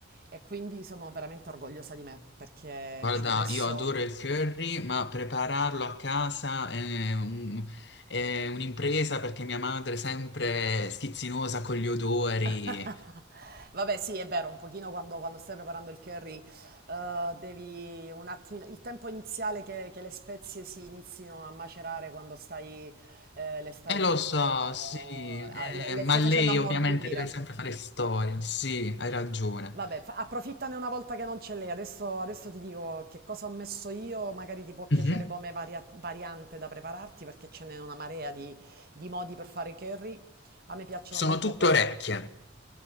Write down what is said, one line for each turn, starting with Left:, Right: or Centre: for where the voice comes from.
Right: e quindi sono veramente orgogliosa di me perché
Left: Guarda,
Right: ci ho messo...
Left: io adoro il curry, ma prepararlo a casa è un- è un'impresa perché mia madre è sempre schizzinosa con gli odori.
Right: <laughs> Vabbè, sì, è vero, un pochino quando, quando stai preparando il curry, eh, devi un attimino, il tempo iniziale che, che le spezie si inizino a macerare quando stai, eh, le stai
Left: E lo
Right: facendo,
Left: so, sì, eh,
Right: a- le, le
Left: ma
Right: stai
Left: lei
Right: facendo ammorbidire.
Left: ovviamente deve sempre fare storia, sì, hai ragione.
Right: Vabbè, fa- approfittane una volta che non c'è lei. Adesso, adesso ti dico che cosa ho messo io, magari ti può piacere
Left: Mhm.
Right: come varia- variante da prepararti, perché ce n'è una marea di, di modi per fare i curry. A me piacciono
Left: Sono
Right: molto
Left: tutte
Right: quelli.
Left: orecchie.